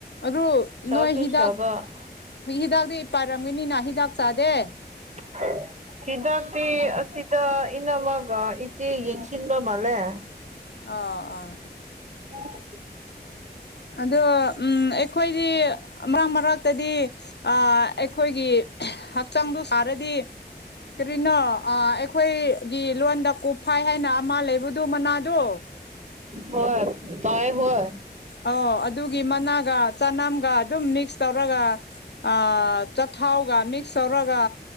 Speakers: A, on the left; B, on the right.
A: ꯑꯗꯨ
B: ꯁꯥꯁꯨ
A: ꯅꯣꯏ ꯍꯤꯗꯥꯛ
B: ꯁꯥꯕ
A: ꯍꯤꯗꯥꯛꯇꯤ ꯄꯥꯔꯝꯒꯅꯤꯅ ꯍꯤꯗꯥꯛ ꯆꯥꯗꯦ
B: <unintelligible> ꯍꯤꯗꯥꯛꯇꯤ ꯑꯁꯤꯗ ꯏꯅꯝꯃꯒ ꯏꯆꯦ ꯌꯦꯡꯁꯤꯟꯕ ꯃꯥꯜꯂꯦ
A: ꯑꯣ ꯑꯣ
B: <unintelligible>
A: ꯑꯗꯣ ꯎꯝ ꯑꯩꯈꯣꯏꯗꯤ ꯃꯔꯛ ꯃꯔꯛꯇꯗꯤ ꯑꯥ ꯑꯩꯈꯣꯏꯒꯤ ꯍꯛꯆꯥꯡꯗꯨ ꯁꯥꯔꯗꯤ ꯀꯔꯤꯅꯣ ꯑꯩꯈꯣꯏꯒꯤ ꯂꯣꯟꯗ ꯀꯨꯞꯐꯥꯏ ꯍꯥꯏꯅ ꯑꯃ ꯂꯩꯕꯗꯨ ꯃꯅꯥꯗꯣ
B: ꯍꯣꯏ ꯇꯥꯏ ꯍꯣꯏ
A: ꯑꯣ ꯑꯗꯨꯒꯤ ꯃꯅꯥꯒ ꯆꯅꯝꯒ ꯑꯗꯨꯝ ꯃꯤꯛꯁ ꯇꯧꯔꯒ ꯑꯥ ꯆꯥꯊꯥꯎꯒ ꯃꯤꯛꯁ ꯇꯧꯔꯒ